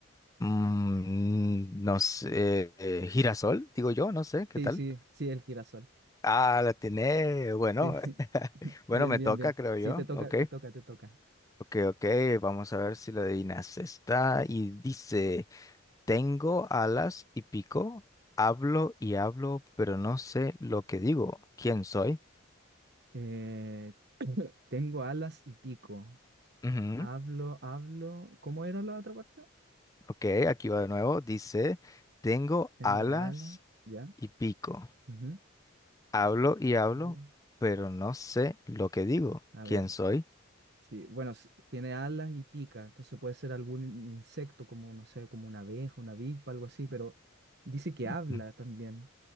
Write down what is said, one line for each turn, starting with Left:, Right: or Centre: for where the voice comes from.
Left: Mm, no sé, eh, eh, girasol, digo yo, no sé, ¿qué
Right: Sí,
Left: tal?
Right: sí, sí, el girasol.
Left: Ah, la tiene. Bueno,
Right: Sí,
Left: <laughs>
Right: <laughs>
Left: bueno,
Right: bien,
Left: me
Right: bien,
Left: toca,
Right: bien.
Left: creo
Right: Sí,
Left: yo.
Right: te toca,
Left: Ok,
Right: te toca, te toca.
Left: ok, ok. Vamos a ver si la adivinas. Está y dice: Tengo alas y pico, hablo y hablo, pero no sé lo que digo. ¿Quién soy?
Right: Eh, <coughs> <clears throat> tengo alas y pico.
Left: Ujú,
Right: Hablo, hablo. ¿Cómo era la otra parte?
Left: Ok, aquí va de nuevo. Dice: Tengo
Right: Tengo
Left: alas
Right: alas, ya.
Left: y pico,
Right: Ujú.
Left: hablo y hablo,
Right: Hablo.
Left: pero no sé lo que digo.
Right: A
Left: ¿Quién
Right: ver.
Left: soy?
Right: Sí, bueno, s- tiene alas y pica, entonces puede ser algún in- insecto como, no sé, como una abeja, una avispa, algo así, pero dice que
Left: <laughs>
Right: habla
Left: Ujú,
Right: también.